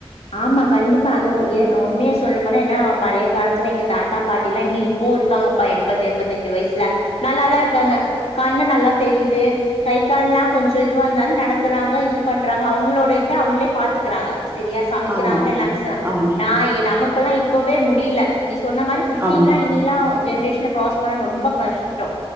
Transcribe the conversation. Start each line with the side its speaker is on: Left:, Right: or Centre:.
Left: ஆமா கண்டிப்பா அதுவூ ஏ உண்மைய சொல்ல போனா ஏனா பழைய காலத்துல எங்க தாத்தா பாட்டி எல்லா இனியூ இப் போ இருக்காங்கப்பா எம்பது எம்பத்தஞ்சு வயசுல நல்லாதாருக்காங்க கண்ணு நல்லா தெரியுது கை கண்லா கொஞ்சோ இதுவா இருந்தாலூ நடக்குறாங்க இது பண்றாங்க அவுங்ளோட இத அவுங்களே பாத்துக்றாங்க சரியா சமைக்கிறாங்க
Right: ஆமா, ஆமா.
Left: எல்லாமே செய்றா
Right: ஆமா,
Left: நா எ நமக்கெல்லா இப்பவே முடில நீ சொன்ன மாரி ஃபிஃப்டீன்லா
Right: ஆமா.
Left: இனிலா ஜென்ரேஷன்ல க்ராஸ் பண்ண ரொம்ப கஷ்டோ